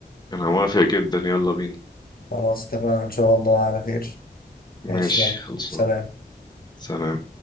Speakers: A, on the left; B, on the left.
A: انا موافق جدا يلا بينا
B: خلاص اتفقنا إن شاء الله على خير
A: ماشي
B: ماشي يلا
A: خلصان
B: سلام
A: سلام